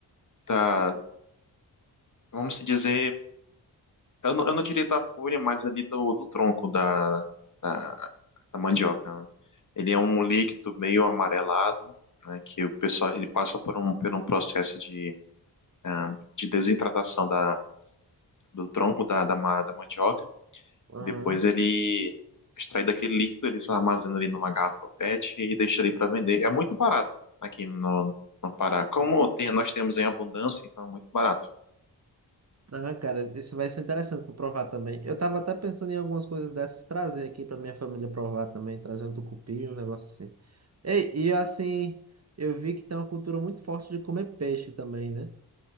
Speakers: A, on the left (about 45°); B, on the right (about 35°).
A: da vamos se dizer, eu não, eu não diria da folha, mas ali do, do tronco da, da, da mandioca, né? Ele é um líquido meio amarelado, né, que o pessoal ele passa por um, por um processo de, ah, de desidratação da, do tronco da, da, ma- da mandioca
B: Aham.
A: E depois ele extrai daquele líquido, ele se armazena ali numa garrafa PET e deixa ali para vender. É muito barato aqui no, no Pará. Como tem, nós temos em abundância, então é muito barato.
B: Ah, cara, isso vai ser interessante para provar também. Eu tava até pensando em algumas coisas dessas trazer aqui para minha família provar também, trazer um tucupi, um negócio assim. Ei, e assim, eu vi que tem uma cultura muito forte de comer peixe também, né?